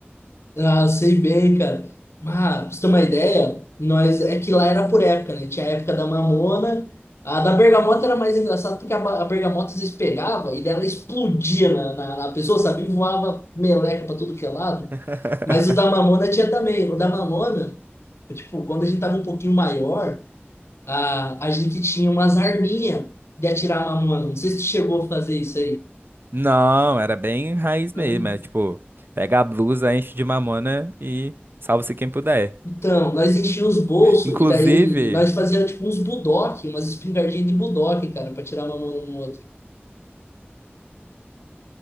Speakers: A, on the left (about 80°); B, on the right (about 55°).
A: Ah, sei bem, cara. Mas, pra você ter uma ideia, nós é que lá era por época, né? Tinha a época da mamona. A da bergamota era mais engraçada porque a, ba- a bergamota às vezes pegava e daí ela explodia na, na, na pessoa, sabe? E Voava meleca pra tudo que é lado.
B: <laughs>
A: Mas o da mamona tinha também. O da mamona, tipo, quando a gente tava um pouquinho maior, a, a gente tinha umas arminhas de atirar a mamona. Não sei se tu chegou a fazer isso
B: Não, era bem raiz mesmo,
A: aí.
B: é tipo, pega a blusa, enche de mamona e salva-se quem puder.
A: Então, nós enchíamos os bolsos
B: Inclusive,
A: e daí nós fazíamos tipo uns budoque, umas espingardinhas de budoque, cara, pra tirar uma mão no outro.